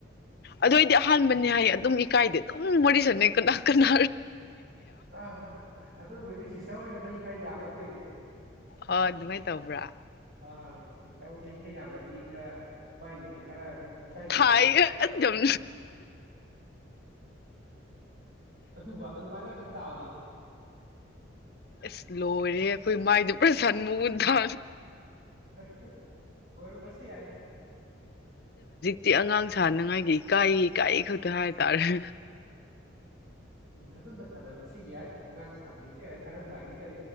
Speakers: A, on the left; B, on the right.
A: ꯑꯗꯨ ꯑꯣꯏꯗꯤ ꯑꯍꯥꯟꯕꯅꯦ ꯍꯥꯏꯌꯦ ꯑꯗꯨꯝ ꯏꯀꯥꯏꯗꯤ ꯑꯗꯨꯝ ꯃꯔꯤꯁꯠꯅꯦ ꯀꯅꯥ ꯀꯅꯥ
B: ꯑꯥ ꯑꯗꯨꯕꯨꯗꯤ ꯁꯤꯁꯝ ꯑꯣꯏꯅ ꯆꯍꯤ ꯈꯔ ꯌꯥꯝꯕ ꯇꯣꯏꯔꯦ
A: ꯍꯣꯏ ꯑꯗꯨꯃꯥꯏꯅ ꯇꯧꯕ꯭ꯔꯥ
B: ꯑꯥ ꯑꯩꯈꯣꯏ ꯆꯍꯤ ꯈ ꯌꯥꯕꯗꯤ ꯈꯔ ꯃꯥꯏꯔꯨꯝꯖ ꯈꯔ ꯑꯗꯨꯝ ꯏ ꯀꯥꯏ ꯈꯗ
A: ꯊꯥꯏꯒ
B: ꯑꯗꯨꯗ
A: ꯑꯗꯨꯝ
B: ꯑꯗꯨ ꯑꯗꯨꯃꯥꯏꯅ ꯈꯟ ꯇꯕꯅꯤ
A: ꯑꯁ ꯂꯣꯏꯔꯦ ꯑꯩꯈꯣꯏ ꯃꯥꯏꯗ ꯄꯨꯔꯥ ꯁꯟ ꯃꯕꯨꯨꯟ ꯊꯥ
B: <unintelligible> ꯑꯣꯏꯔ ꯁ ꯍ ꯌꯥꯏ
A: ꯗꯤ ꯑꯉꯥꯡ ꯁꯅꯉꯥꯏꯒꯤ ꯀꯥꯏ ꯀꯥꯏ ꯈꯛꯇ ꯍꯥꯏꯇꯥꯔꯦ
B: ꯎꯝ ꯑꯗꯨꯝꯗ ꯈꯜꯂꯕꯕꯁꯤ ꯌꯥꯏ ꯑꯉꯥꯡ ꯁꯥꯒꯦꯁꯨ ꯌꯥꯏ ꯑꯖꯒꯤ ꯆꯏ